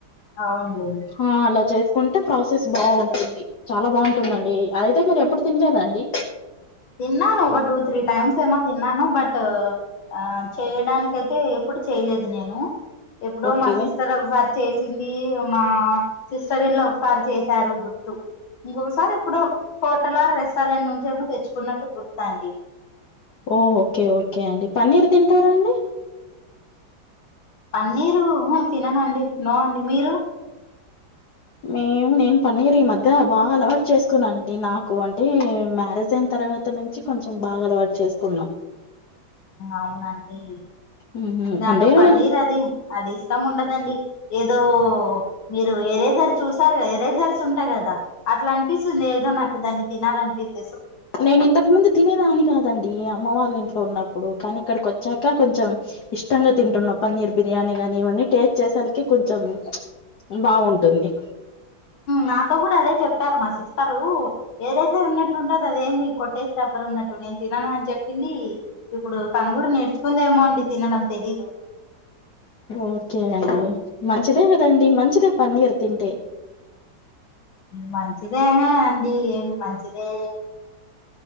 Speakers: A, on the left; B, on the left.
A: అవునులేండి
B: ఆ అలా చేస్తే కుంటే ప్రాసెస్ బాగుంటుంది చాలా బాగుంటుందండి అదయితే మీ ఎప్పుడు తినలేద అండి
A: తిన్నాను ఒక టూ త్రీ టైమ్స్ ఏమో తిన్న న్నాను బట్ ఆ చేయడానిక అయితే ఎప్పుడు చేయలేదు నేను ఎప్పుడో
B: ఓకే.
A: మా సిస్టర్ ఒకసారి చేసింది మా సిస్టర్ ఇన్ లా ఒకసారి చేశారు గుర్తు ఇంకొకసారి ఇప్పుడు హోటల్ ఆ రెస్టారెంట్ నుంచి ఏమో తెచ్చుకో కున్నట్టు గుర్తండి
B: ఓ ఓకే ఓకే అండి పన్నీర్ తింటారాండి
A: పన్నీరు తినమండి నో అండి మీరు
B: మేము నేను పన్నీరు ఈ మధ్య బాగా అలవాటు చేసుకున్నా అండి నాకు అంటే మ్యారేజ్ అయిన తర్వాత నుంచి కొంచెం బాగా అలవాటు చేసుకున్నా
A: అవునండి
B: హుహు.
A: నాకు
B: అంటే
A: పన్నీర్ అది అది ఇష్టం ఉండదు. దండి ఏదో మీరు ఎరేజర్ చూసారు ఎరేజర్స్ ఉంటాయి కదా అట్లా అనిపిస్తుంది ఏదో నాకు దాన్ని తినాలినిపిస్తుంది
B: నేను ఇంతకు ముందు తినేదాన్ని కాదండి అమ్మ వాళ్ళ ఇంట్లో ఉన్నప్పుడు కానీ ఇక్కడికి వచ్చాక కొంచెం ఇష్టంగా తింటున్నాం పన్నీర్ బిర్యానీ ని ఇవన్నీ టేస్ట్ చేసలకి కొంచెం బాగుంటుంది
A: నాతో కూడా అదే చెప్పారు మా సిస్టరు ఏదైతేర ఉన్నట్టుంటుంది అదేంది కొట్టేసి రబ్బరు ఉన్నట్టు నేను తినను అని చెప్పింది ఇప్పుడు తను కూడా నేర్చుకుందేమో అండి తినడం తెలీదు
B: ఓకే అండి మంచిదే కదండి మంచిదే పన్నీర్ తింటే
A: మంచిదేనా అండి ఏమి మంచిదే